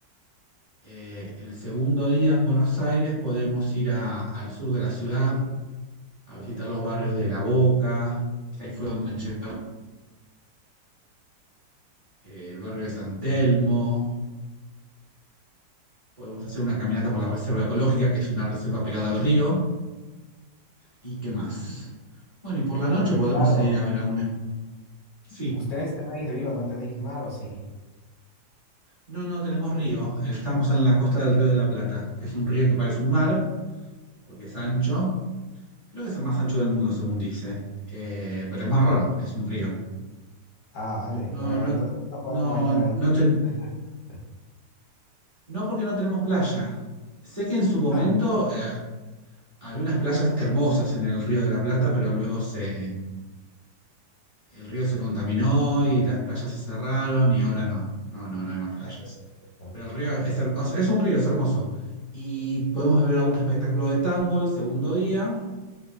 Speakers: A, on the right (about 20°); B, on the left (about 45°).
A: Eh, el segundo día en Buenos Aires podemos ir a- al sur de la ciudad, a visitar los barrios de La Boca, que ahí fue donde llegaron eh, el barrio de San Telmo, podemos hacer una caminata por la Reserva Ecológica, que es una reserva pegada al río, y qué más. Bueno, y por la noche
B: Porque
A: podemos
B: claro,
A: ir a ver algunas... Sí.
B: ustedes tenéis río, no tenéis mar, ¿o sí?
A: No, no, tenemos río. Estamos en la costa del Río de la Plata. Es un río que parece un mar, porque es ancho. Creo que es el más ancho del mundo, según dice. Eh, pero es marrón, es un río.
B: Ah, vale,
A: Pero no,
B: pues
A: no,
B: entonces nos podemos
A: no,
B: bañar ahí.
A: no, ten-
B: <laughs>
A: no porque no tenemos playa. Sé que en su momento
B: Ah,
A: eh, había unas playas hermosas en el Río de la Plata, pero luego se, el río se contaminó y las playas se cerraron y ahora no, no, no, no hay más playas.
B: ok, perfecto.
A: Pero el río es hermoso, es un río, es hermoso. Y podemos ver algún espectáculo de tango el segundo día,